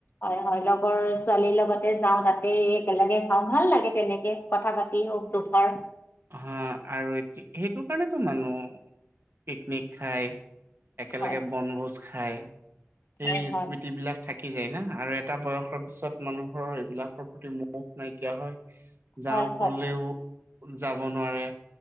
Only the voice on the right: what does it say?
হ আৰু সেইটো কাৰণেতো মানুহ পিকনিক খাই। একেলগে
বনভোজ খায়। সেই
স্মৃতি বিলাক থাকি যায় না আৰু এটা বয়সৰ পিছত মানুহৰ এইবিলাকৰ প্ৰতি ম নাইকিয়া হয় যাওঁ
ক'লেও
যাব নোৱাৰে।